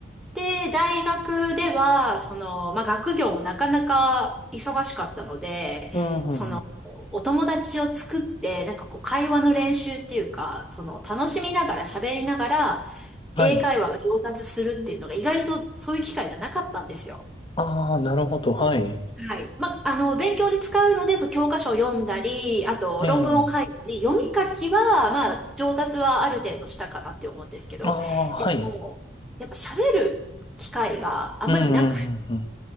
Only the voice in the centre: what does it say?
で、大学では、その、まあ、学業もなかなか忙しかったので、
その、
お友達を作って、なんかこう、会話の練習っていうか、その、楽しみながら喋りながら、
英会話が上達するっていうのが意外とそういう機会がなかったんですよ。
はい。まあ、あの、勉強で使うので、そう教科書を読んだり、あと論文を書いたり、
読み書きは、まあ、上達はある程度したかなって思うんですけど、
でも、やっぱ喋る機会があんまりなく